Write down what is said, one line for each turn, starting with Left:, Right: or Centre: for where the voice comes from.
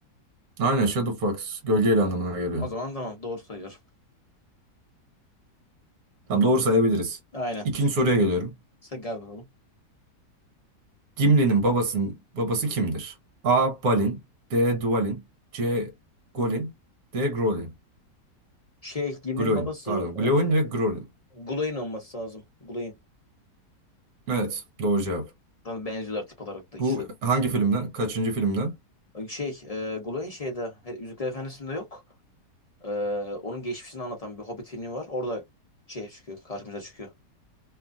Right: Aynen Shadowfax gölgeyle anlamına geliyor.
Left: O zaman tamam doğru sayıyorum.
Right: Tamam doğru sayabiliriz.
Left: Aynen.
Right: İkinci soruya geliyorum.
Left: Sen gel bakalım.
Right: Gimli'nin babasının babası kimdir? A. Balin D. Dwalin C. Golin D. Grolin.
Left: Şey Gimli'nin
Right: Gloin
Left: babası
Right: pardon. Gloin ve Grolin.
Left: e, Gulay'ın olması lazım. Gulay'ın.
Right: Evet, doğru cevap.
Left: Zaten benziyorlar tip olarak da ikisi.
Right: Bu hangi filmden? Kaçıncı filmden?
Left: Şey e, Gulay'ın şeyde her- Yüzükler Efendisi'nde yok. E, onun geçmişini anlatan bir Hobbit filmi var. Orada şey çıkıyor karşımıza çıkıyor.